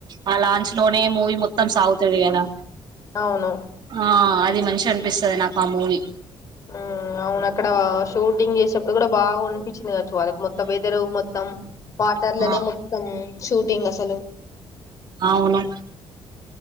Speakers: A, on the right; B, on the left.
A: ఆ లాంచ్ లోనే మూవీ మొత్తం సాగుతది కదా
B: అవును
A: ఆ అది ది మంచిగ అనిపిస్తది నాకు ఆ మూవీ
B: మ్మ్ అవును అక్కడ షూటింగ్ చేసేప్పుడు కూడా బాగా అనిపించింది వాళ్ళకి మొత్తం
A: మ్మ్.
B: వెదరు మొత్తం వాటర్లనే
A: ఆ
B: మొత్తం షూటింగ్ అసలు
A: అవును